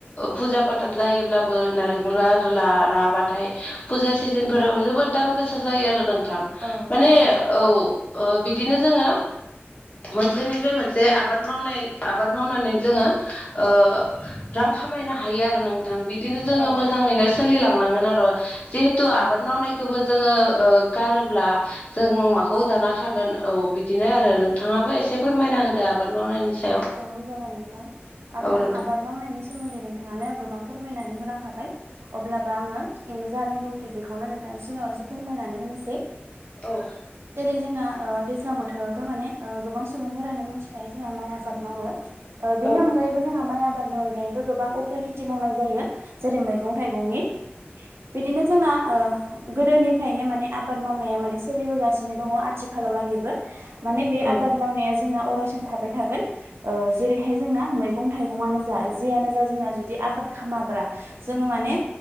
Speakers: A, on the left; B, on the right.
A: फुजा पाथार जायोब्लाबो नारें खला आरो
B: औ
A: राबाथाय फुजा सिजोनफोराव
B: औ
A: जोबोद दाम गोसा जायो आरो नोंथां
B: औ
A: माने
B: जायो
A: औ ओ बिदिनो जोङो मोनसेनिफ्राय मोनसे आबाद मावनाय आबाद मावनानै जोङो ओ रां खामायनो हायो आरो नोंथां बिदिनो जोङो
B: औ
A: मोजां मो
B: नोंथां
A: सोलिलांनांगोन आरो जिहेथु
B: औ
A: आबाद मावनायखौबो जोङो ओ गारोब्ला जों माखौ जाना
B: औ
A: थागोन औ बि दिनो आरो नोंथाङाबो एसे फोरमायना होदो आबाद मावनायनि सायाव
B: औ जागोन नोंथां आरो
A: औ नोंथां
B: आबाद मावनायनि सोमोन्दै नोंथाङानो गोबां फोरमायनानै होलांखाबाय अब्लाबो आङो जा रोंगौथि बेखौनो नोंथांनि सिगाङाव एसे फोरमानानो होनसै
A: औ
B: जेरै जोंना ओ दैज्लां बोथोरावथ माने ओ गोबां सुबुंफोरानो मिथिखायो जोंना माइ आ बाद मावो बेनि
A: औ
B: अन गायैबो जोंहा माइ आबादनि अनगायैबो गोबां उफ्रा खेथि मावनाय जायो जेरै मैगं थाइगंनि बिदिनो जोंना ओ गोदोनिफ्रायनो माने आबाद मावनाया माने सोलिबोगासिनो दङ आथिखालाव लागिबो माने बे
A: औ
B: आबाद मावनाया जोंना अरायसम थाबाय थागोन ओ जेरैहाय जोंना मैगं थाइगंआनो जा जियानो जा जोंना जुदि आबाद खालामाब्ला जोंङो माने